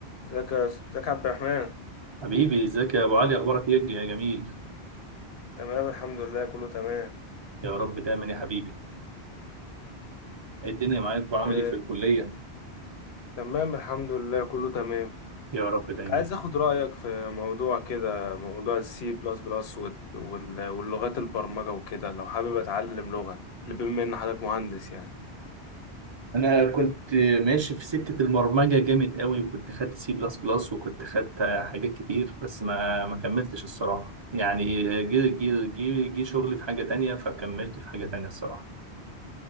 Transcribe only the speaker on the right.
حبيبي ازيك يا ابو علي اخبارك ايه يا جميل
يا رب دايما يا حبيبي ايه الدنيا معاك وعامل
ايه في الكليه
يا رب
دايما
انا كنت ماشي في سكه البرمجه جامد قوي وكنت خدت سي بلس بلس وكنت خدت حاجات كتير بس ما ما كملتش الصراحه يعني جه جه جه جه شغلي في حاجه تانية فكملت في حاجه تانية الصراحه